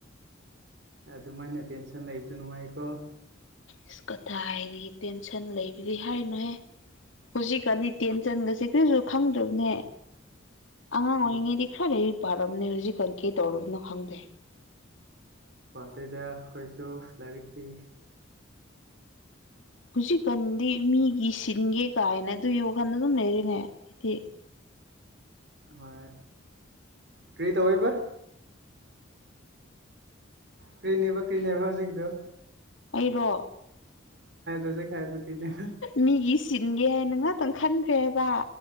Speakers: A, on the right (about 60°); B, on the left (about 75°).
A: ꯑꯗꯨꯃꯥꯏꯅ ꯇꯦꯟꯁꯟ ꯂꯩꯕꯗꯣ ꯅꯨꯡꯉꯥꯏꯀꯣ
B: ꯑꯁ ꯀꯊꯥ ꯍꯥꯏꯔꯤ ꯇꯦꯟꯁꯟ ꯂꯩꯕꯗꯤ ꯍꯥꯏꯔꯤꯅꯨꯍꯦ ꯍꯧꯖꯤꯛꯀꯥꯟꯗꯤ ꯇꯦꯟꯁꯟꯒꯁꯦ ꯀꯔꯤꯁꯨ ꯈꯪꯗ꯭ꯔꯕꯅꯦ ꯑꯉꯥꯡ
A: ꯑꯗꯨ
B: ꯑꯣꯏꯔꯤꯉꯩꯗꯤ ꯈꯔꯗꯤ ꯄꯥꯔꯝꯅꯦ ꯍꯧꯖꯤꯛ ꯀꯟ ꯀꯩ ꯇꯧꯔꯕꯅꯣ ꯈꯪꯗꯦ
A: ꯄꯗꯇꯩꯗ ꯑꯩꯈꯣꯏꯁꯨ ꯂꯥꯏꯔꯤꯛꯇꯤ
B: ꯍꯧꯖꯤꯛꯀꯥꯟꯗꯤ ꯃꯤꯒꯤ ꯁꯤꯟꯒꯦ ꯀꯥꯏꯅ ꯑꯗꯨ ꯌꯣꯀꯥꯟꯗ ꯑꯗꯨꯝ ꯂꯩꯔꯤꯅꯦ ꯍꯥꯏ
A: ꯍꯣꯏ ꯀꯔꯤ ꯇꯧꯋꯕ ꯀ꯭ꯔꯤꯅꯦꯕ ꯀ꯭ꯔꯤꯅꯦꯕ ꯍꯧꯖꯤꯛꯀꯤꯗ
B: ꯑꯩꯔꯣ
A: ꯍꯧꯖꯤꯛ ꯍꯥꯏꯕꯗꯣ ꯀꯔꯤꯅꯦꯕ
B: ꯃꯤꯒꯤ ꯆꯤꯟꯒꯦ ꯍꯥꯏꯅꯅꯥꯛ ꯑꯗꯨꯪ ꯈꯟꯈ꯭ꯔꯦꯕ